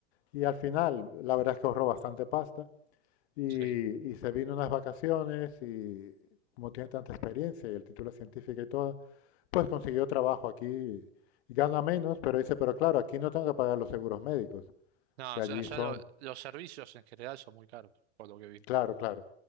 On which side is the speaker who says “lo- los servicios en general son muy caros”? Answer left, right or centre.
Right